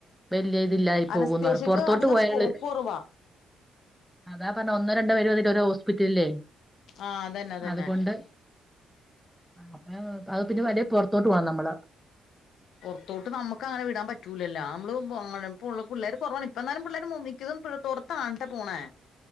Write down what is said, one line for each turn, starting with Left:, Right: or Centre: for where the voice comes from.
Centre: വല്ല്യ ഇതില്ലായി
Left: അനസ്തേഷ്യക്ക്
Centre: പോകുന്ന് പറ പൊറത്തോട്ട്
Left: അധികം
Centre: പോയള്
Left: സ്കോപ്പ് കുറവാ
Centre: അതാ പറഞ്ഞ ഒന്നോ രണ്ടോ പേര് മതിലേ ഒര് ഹോസ്പിറ്റലില്
Left: ആഹ് അതന്നെ അതന്നെ
Centre: അത്കൊണ്ട് അപ്പൊ ഞാ അത് പിന്നെ വലിയ പൊറത്തോട്ട് പോവണം നമ്മള്
Left: പൊറത്തോട്ട് നമ്മക്ക്‌ങ്ങനെ വിടാ പ റ്റൂലല്ലോ നമ്മള് <unintelligible> പുള്ള് പുള്ളേര് കൊറവാണ് ഇപ്പന്നാലും പിള്ളേര് മു മിക്കതും പൊറത്താണ്ട്ടോ പോണേ